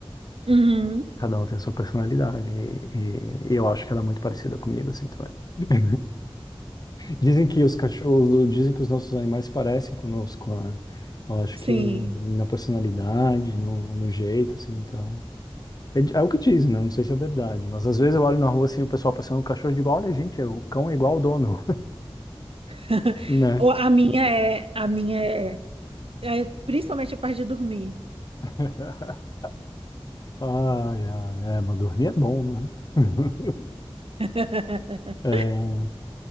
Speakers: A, on the right (about 65°); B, on the left (about 40°).
A: Uhum,
B: Cada um tem a sua personalidade. E, e eu acho que ela é muito parecida comigo, assim, também. <laughs> Dizem que os cachorros, dizem que os nossos animais se parecem conosco, né? Eu acho
A: sim.
B: que na personalidade, no, no jeito, assim, então. É, é o que dizem, né? Não sei se é verdade, mas às vezes eu olho na rua assim, o pessoal passando o cachorro e digo, olha, gente, é- o cão é igual o dono,
A: <laughs>
B: né?
A: O- A minha é, a minha é, é principalmente a parte de dormir.
B: <laughs> Ai, ai, é, mas dormir é bom, né? <laughs>
A: <laughs>
B: É,